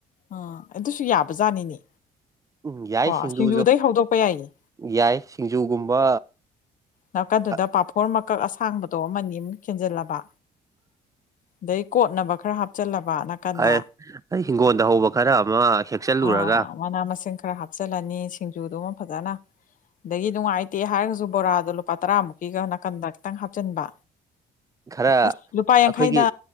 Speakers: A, on the left; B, on the right.
A: ꯑꯥ ꯑꯗꯨꯁꯨ ꯌꯥꯕꯖꯥꯠꯅꯤꯅꯦ
B: ꯎꯝ ꯌꯥꯏ
A: ꯀꯣ
B: ꯁꯤꯡꯖꯨꯁꯨ
A: ꯁꯤꯡꯖꯨꯗꯩ ꯍꯧꯗꯣꯛꯄ ꯌꯥꯏꯌꯦ
B: ꯌꯥꯏ ꯁꯤꯡꯖꯨꯒꯨꯝꯕ
A: ꯅꯥꯀꯟꯗꯨꯗ
B: ꯑ-
A: ꯄꯥꯐꯣꯔ ꯃꯀꯛ ꯑꯁꯥꯡꯕꯗꯣ ꯑꯃꯅꯤ ꯅꯤ ꯑꯃꯝꯛ ꯈꯦꯟꯖꯤꯜꯂꯕ ꯑꯗꯩ ꯀꯣꯠꯅꯕ ꯈꯔ ꯍꯥꯞꯆꯜꯂꯕ ꯅꯥꯀꯟꯗ
B: ꯑꯩ ꯑꯩ ꯍꯤꯡꯒꯣꯜꯗ ꯍꯧꯕ ꯈꯔ ꯑꯃ ꯍꯦꯛꯆꯜꯂꯨꯔꯒ
A: ꯑꯥ ꯃꯅꯥ ꯃꯁꯤꯡ ꯈꯔ ꯍꯥꯞꯆꯜꯂꯅꯤ ꯁꯤꯡꯖꯨꯗꯨ ꯐꯖꯅ ꯑꯗꯒꯤ ꯅꯨꯡꯉꯥꯏꯇꯦ ꯍꯥꯏꯔꯒꯁꯨ ꯕꯣꯔꯥꯗꯣ ꯂꯨꯄꯥ ꯇꯔꯥꯃꯨꯛꯀꯤꯒ ꯅꯥꯀꯟꯗ ꯈꯤꯛꯇꯪ ꯍꯥꯞ ꯍꯥꯞꯆꯤꯟꯕ
B: ꯈꯔ
A: ꯑꯁ ꯂꯨꯄꯥ ꯌꯥꯡꯈꯩꯅ
B: ꯑꯩꯈꯣꯏꯒꯤ